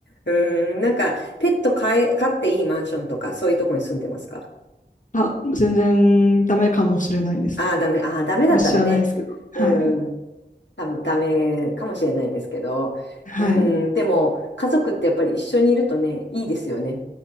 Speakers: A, on the left; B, on the left.
A: うん、なんか、ペット飼え、飼っていいマンションとか、そういうとこに住んでますか
B: あ、全然ダメかもしれないです。
A: ああー、ダメ。ああ、ダメだったらね。
B: あんま知らないですけど。はい。
A: うん。多分ダメかもしれないですけど、
B: はい。
A: うん、でも家族ってやっぱり一緒にいるとね、いいですよね。